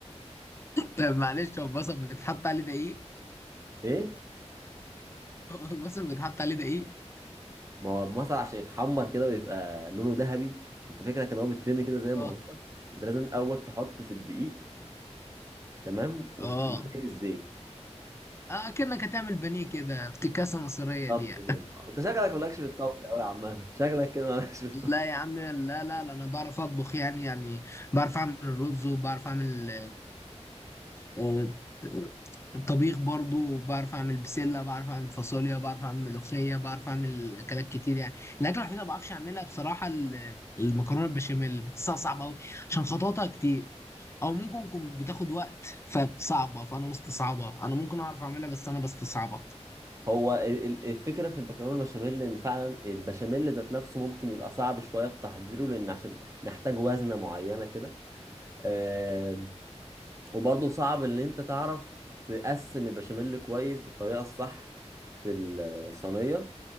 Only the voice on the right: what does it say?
ايه
ما هو المصل عشان يتحمر كده ويبقى لونه ذهبي انت فاكرك ان هو بيترمي كده زي
ما هو انت لازم الاول تحطه في الدقيق تمام وتقوم
رميه في الزيت
بالظبط
كده انت شكلك مالكش في الطبخ قوي عامه شكلك كده مالكش في الطبخ
هو ال- ال- الفكرة في البكالوريا البشاميل إن فعلا البشاميل ذات نفسه ممكن يبقى صعب شوية في تحضيره لأن عشان محتاج وزنة معينة كده آم، وبرضه صعب إن أنت تعرف تقسم البشاميل كويس بالطريقة الصح في الصينية